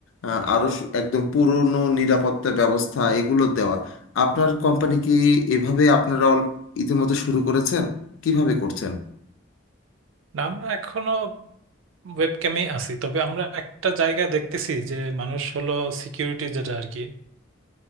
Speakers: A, on the left; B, on the right.
A: আহ, আরো সু- একদম পুরনো নিরাপত্তা ব্যবস্থা এগুলো দেওয়া আপনার কোম্পানি কি এভাবে আপনারা অল- ইতিমধ্যে শুরু করেছেন কিভাবে করছেন
B: না আমরা এখনো ওয়েবক্যামে আছি তবে আমরা একটা জায়গায় দেখতেছি যে মানুষ হলো সিকিউরিটি যেটা আর কি